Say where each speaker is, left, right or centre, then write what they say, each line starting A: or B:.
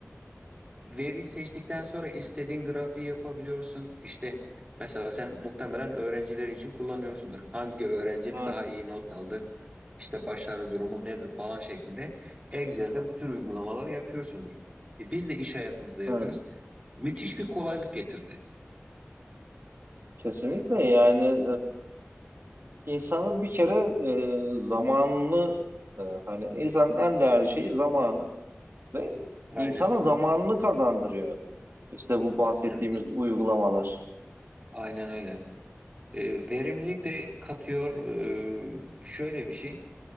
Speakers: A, on the right; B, on the right.
A: Veriyi seçtikten sonra istediğin grafiği yapabiliyorsun. İşte mesela sen muhtemelen öğrencilerin için kullanıyorsundur. Hangi öğrencim
B: Evet.
A: daha iyi not aldı? İşte başarı durumu nedir falan şeklinde. Excel'de bu tür uygulamaları yapıyorsundur. E biz de iş hayatımızda yapıyoruz.
B: Evet.
A: Müthiş bir kolaylık getirdi.
B: Kesinlikle yani e, insanı bir kere e, zamanını e, hani insanın en değerli şeyi zamanı ve
A: Aynen.
B: insana zamanını kazandırıyor. İşte bu bahsettiğimiz
A: Evet.
B: uygulamalar.
A: Aynen öyle. E, verimlilik de katıyor. E, şöyle bir şey.